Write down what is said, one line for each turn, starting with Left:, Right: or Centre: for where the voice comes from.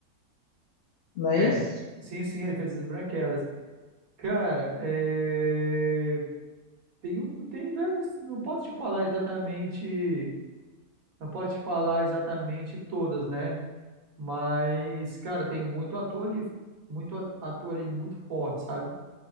Left: não é
Right: É,
Left: isso?
Right: sim, sim, ele fez as branquelas. Cara, é. Tem, um- tem diversos, não posso te falar exatamente, não posso te falar exatamente todas, né? Mas, cara, tem muito ator ali, muito a- ator ali muito forte, sabe?